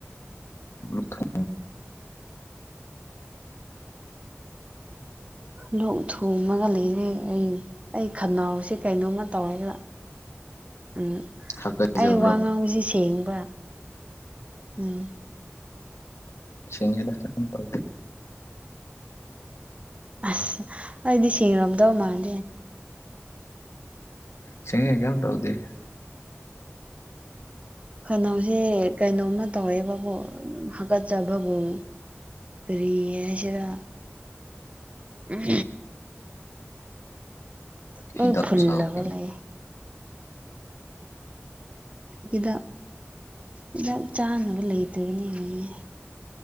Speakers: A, on the left; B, on the right.
A: ꯃ꯭ꯔꯊꯣ <unintelligible>
B: ꯂꯣꯛ ꯊꯨꯡꯉꯒꯒ ꯂꯩꯔꯦ ꯑꯩ ꯑꯩ ꯈꯅꯥꯎꯁꯦ ꯀꯩꯅꯣꯝꯃ ꯇꯧꯔꯦꯕ ꯎꯝ
A: ꯍꯥꯀꯠꯆꯕ꯭ꯔꯣ
B: ꯑꯩ ꯋꯥ ꯉꯥꯡꯕꯁꯤ ꯁꯦꯡꯕ꯭ꯔ ꯎꯝ
A: ꯁꯦꯡꯉꯤꯗ ꯀꯦꯝ ꯇꯧꯗꯦ
B: ꯑꯁ ꯑꯩꯗꯤ ꯁꯦꯡꯉꯝꯗꯧ ꯃꯥꯟꯗꯦ
A: ꯁꯦꯡꯉꯦ ꯀꯌꯦꯝ ꯇꯧꯗꯦ
B: ꯈꯅꯥꯎꯁꯤ ꯀꯩꯅꯣꯝꯃ ꯇꯧꯋꯦꯕꯀꯣ ꯍꯀꯠꯆꯕꯒꯨꯝ ꯀꯔꯤ ꯍꯥꯏꯁꯤꯔ ꯎꯝ
A: ꯍꯤꯗꯥꯛ
B: ꯂꯣꯏ ꯐꯨꯜꯂꯒ
A: ꯆꯥꯎ ꯀꯩꯅꯣ
B: ꯂꯩ ꯍꯤꯗꯥꯛ ꯍꯤꯗꯥꯛ ꯆꯥꯅꯕ ꯂꯩꯇꯕꯅꯦꯌꯦ